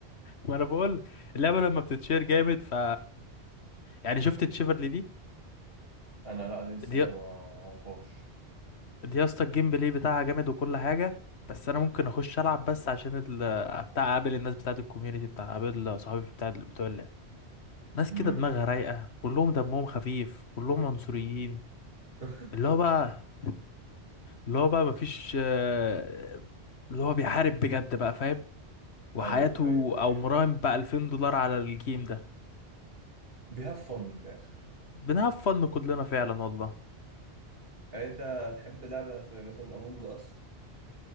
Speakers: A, on the left; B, on the right.
A: ما أنا بقول اللعبة لما بتتشير جامد ف يعني شفت تشيفرلي دي
B: أنا لأ دي الصراحة
A: دي
B: ما أعرفهاش
A: دي يا اسطى الجيم بلاي بتاعها جامد وكل حاجة بس أنا ممكن أخش ألعب بس عشان ال... بتاع أقابل الناس بتاعت الكوميونتي بتاع أقابل صحابي بتاع بتوع اللعبة ناس
B: أمم
A: كده دماغها رايقة كلهم دمهم خفيف كلهم عنصريين
B: <laughs>
A: اللي هو بقى اللي هو بقى مفيش آه، اللي هو بيحارب بجد بقى فاهم وحياته
B: أيوه أيوه
A: او
B: أيوه
A: مراهن بقى 2000 دولار على الجيم ده
B: بيهاف فن من الآخر
A: بنهاف فن كلنا فعلا والله
B: يعني أنت تحب لعبة زي مثلا أمونج أس؟